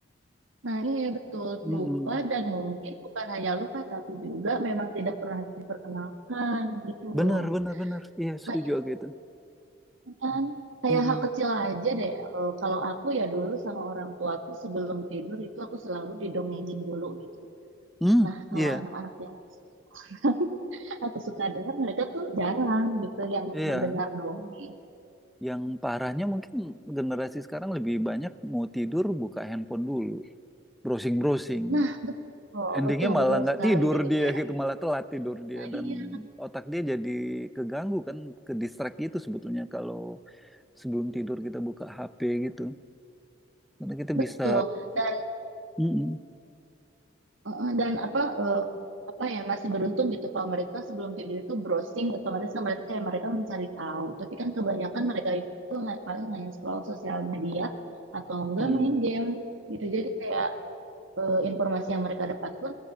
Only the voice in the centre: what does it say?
Mm-mm.
Benar,
benar, benar. Iya, setuju
aku itu.
Mm-mm.
Mm,
Iya,
iya.
Yang parahnya mungkin generasi sekarang lebih banyak mau tidur buka handphone dulu, browsing-browsing.
Endingnya
malah
nggak
tidur
dia
gitu, malah telat tidur dia
dan otak dia jadi keganggu kan, ke distract gitu sebetulnya kalau sebelum tidur kita buka HP gitu. Karena kita
bisa,
Mm-mm.
Mm-mm.